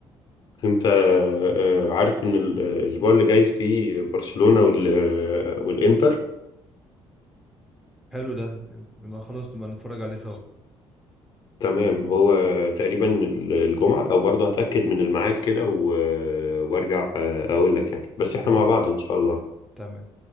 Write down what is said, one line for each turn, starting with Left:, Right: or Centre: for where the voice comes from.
Left: انت آه، آه، عارف ان الاسبوع اللي جاي فيه برشلونة وال- والانتر
Centre: حلو ده يبقى خلاص نبقى نتفرج عليه سوا
Left: تمام هو تقريبا الجمعة او برضو هتأكد من الميعاد كده و- وارجع آه، اقول لك يعني بس احنا
Centre: تمام
Left: مع بعض ان شاء الله
Centre: تمام